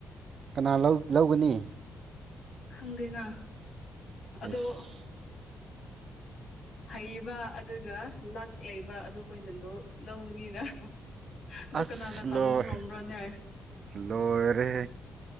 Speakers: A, on the right; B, on the left.
A: ꯀꯅꯥ ꯂꯧ ꯂꯧꯒꯅꯤ
B: ꯈꯪꯗꯦꯅ
A: ꯏꯁ
B: ꯑꯗꯣ ꯍꯩꯕ ꯑꯗꯨꯒ ꯂꯛ ꯂꯩꯕ ꯑꯗꯨ ꯑꯩꯈꯣꯏꯅ ꯂꯧꯕꯅꯤꯅ ꯑꯗꯨ
A: ꯑꯁ
B: ꯀꯅꯥꯅ ꯇꯝꯕ
A: ꯂꯣꯏ
B: ꯉꯝꯕ꯭ꯔꯣꯅꯦ
A: ꯂꯣꯏꯔꯦ